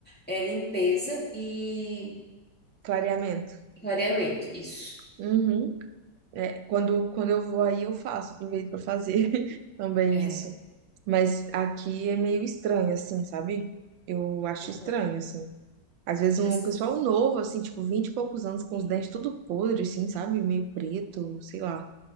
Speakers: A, in the centre; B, on the right.
A: é limpeza e
B: Clareamento.
A: clareamento. Isso.
B: Uhum. É, quando, quando eu vou aí, eu faço, aproveito pra fazer <laughs> também
A: É.
B: isso. Mas aqui é meio estranho, assim, sabe? Eu acho
A: Aham.
B: estranho, assim. Às vezes um
A: Essa
B: pessoal novo, assim, tipo, vinte e poucos anos, com
A: daí,
B: os dentes tudo podre, assim, sabe? Meio preto,
A: aham.
B: sei lá.